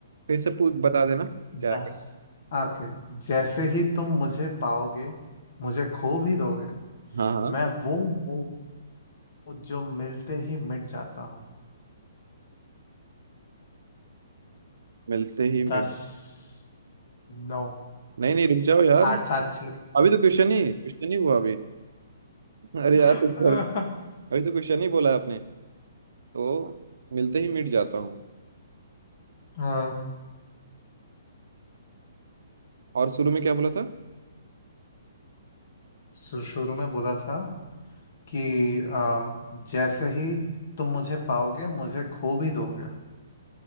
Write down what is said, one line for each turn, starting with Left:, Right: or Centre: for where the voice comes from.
Right: फिर से पूछ बता देना क्या
Left: बस
Right: है
Left: ओके जैसे ही तुम मुझे पाओगे मुझे खो भी दोगे
Right: हाँ हाँ
Left: मैं वो हूँ जो मिलते ही मिट जाता हूँ
Right: मिलते ही मिड
Left: दस नौ
Right: नहीं नहीं रुक जाओ यार
Left: आठ सात छः
Right: अभी तो क्वेश्चन ही क्वेश्चन ही हुआ अभी अरे
Left: <laughs>
Right: यार ऊपर
Left: हाँ
Right: अभी तो क्वेश्चन ही बोला आपने तो मिलते ही मिट जाता हूँ
Left: हाँ
Right: और शुरू में क्या बोला था
Left: शु- शुरू में बोला था कि अम, जैसे ही तुम मुझे पाओगे मुझे खो भी दोगे